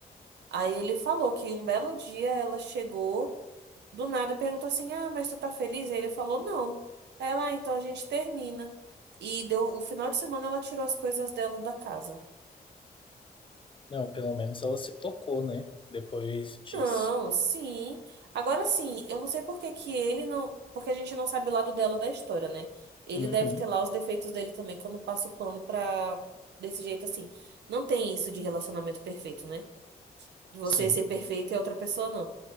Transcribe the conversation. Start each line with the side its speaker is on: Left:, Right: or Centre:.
Right: Aí ele falou que um belo dia ela chegou do nada e perguntou assim: Ah, mas tu tá feliz? Aí ele falou: Não. Aí lá, então a gente termina. E deu o final de semana ela tirou as coisas dela da casa.
Left: Não, pelo menos ela se tocou, né? Depois disso.
Right: Não, sim. Agora sim, eu não sei por que que ele não. Porque a gente não sabe o lado dela da história, né? Ele
Left: Uhum,
Right: deve ter lá os defeitos dele também, que eu não passo pano pra. Desse jeito assim. Não tem isso de relacionamento perfeito, né? De você
Left: sim.
Right: ser perfeito e a outra pessoa não.